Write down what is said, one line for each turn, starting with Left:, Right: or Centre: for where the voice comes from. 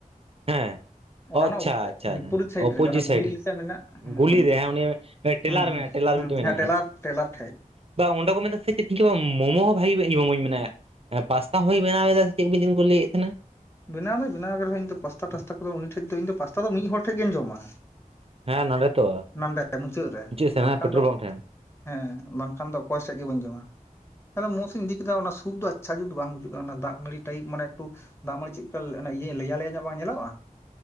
Right: ᱦᱮᱸ᱾ ᱚ
Left: ᱚᱱᱟ ᱨᱮᱱᱟᱜ
Right: ᱟᱪᱪᱷᱟ ᱟᱪᱪᱷᱟ᱾
Left: ᱵᱤᱯᱚᱨᱤᱛ ᱥᱟᱭᱤᱰ
Right: ᱚᱯᱚᱡᱤᱴ
Left: ᱨᱮᱜᱮ ᱚᱱᱟ
Right: ᱥᱟᱭᱤᱰ
Left: ᱜᱩᱞᱤ
Right: ᱨᱮ
Left: ᱞᱮᱠᱟ ᱢᱮᱱᱟᱜ ᱦᱮᱸ
Right: ᱜᱩᱞᱤ
Left: ᱦᱮᱸ
Right: ᱨᱮ ᱦᱟᱝ ᱩᱱᱤ ᱴᱮᱞᱟᱨ
Left: ᱦᱮᱸ
Right: ᱢᱮᱱᱟᱜᱼᱟ᱾ ᱴᱮᱞᱟᱨ
Left: ᱦᱮᱸ
Right: ᱢᱤᱫᱴᱮᱱ ᱢᱮᱱᱟᱭᱟ᱾
Left: ᱦᱮᱸ ᱴᱮᱞᱟᱨ ᱴᱮᱞᱟᱨ ᱴᱷᱮᱡ
Right: ᱵᱟᱝ ᱚᱸᱰᱮ ᱠᱚ ᱢᱮᱱᱫᱟ ᱥᱮ ᱪᱮᱫ <unintelligible> ᱢᱳᱢᱳ ᱦᱚᱸ ᱵᱷᱟᱜᱤ ᱤᱭᱟᱹ ᱢᱳᱢᱳᱧ ᱢᱮᱱᱮᱜ ᱯᱟᱥᱛᱟ ᱦᱚᱸᱭ ᱵᱮᱱᱟᱣᱮᱫᱟ ᱥᱮ ᱪᱮᱫ ᱢᱤᱫ ᱫᱤᱱ ᱠᱚ ᱞᱟᱹᱭᱮᱫ ᱛᱟᱦᱮᱱᱟ᱾
Left: ᱵᱮᱱᱟᱣ ᱫᱚᱭ ᱵᱮᱱᱟᱣ ᱜᱮ ᱨᱮᱦᱚᱸ ᱤᱧ ᱫᱚ ᱯᱟᱥᱛᱟ ᱴᱟᱥᱛᱟ ᱠᱚᱫᱚ ᱩᱱᱤ ᱴᱷᱮᱡ ᱫᱚ ᱤᱧᱫᱚ, ᱯᱟᱥᱛᱟ ᱫᱚ ᱢᱤᱫ ᱦᱚᱲ ᱴᱷᱮᱱ ᱜᱮᱧ ᱡᱚᱢᱟ᱾
Right: ᱦᱮᱸ ᱱᱟᱸᱰᱮ ᱛᱚ?
Left: ᱱᱟᱰᱮ ᱢᱩᱪᱟᱹᱫ ᱨᱮ᱾
Right: ᱥᱮᱱ
Left: ᱵᱟᱝᱠᱷᱟᱱ
Right: ᱦᱟᱸᱜ ᱯᱮᱴᱨᱳᱞ
Left: ᱫᱚ
Right: ᱯᱟᱢᱯ ᱴᱷᱮᱱ
Left: ᱦᱮᱸ ᱵᱟᱝᱠᱷᱟᱱ ᱫᱚ ᱚᱠᱚᱭ ᱥᱮᱫ ᱜᱮ ᱵᱟᱹᱧ ᱡᱚᱢᱟ᱾ ᱛᱟᱦᱚᱞ ᱢᱳᱢᱳᱥ ᱤᱧ ᱤᱫᱤ ᱠᱮᱫᱟ ᱚᱱᱟ ᱥᱩᱯ ᱫᱚ ᱟᱪᱪᱷᱟ ᱡᱩᱛ ᱫᱚ ᱵᱟᱝ ᱵᱩᱡᱩᱜ ᱠᱟᱱᱟ᱾ ᱚᱱᱟ ᱫᱟᱜ ᱢᱟᱲᱤ ᱴᱟᱭᱤᱯ ᱢᱟᱱᱮ ᱮᱠᱴᱩ ᱫᱟᱜ ᱢᱟᱲᱤ ᱪᱮᱫᱽᱠᱟ ᱤᱭᱟᱹ ᱞᱮᱭᱟ ᱞᱮᱭᱟ ᱧᱚᱜ ᱵᱟᱝ ᱧᱮᱞᱚᱜᱼᱟ᱾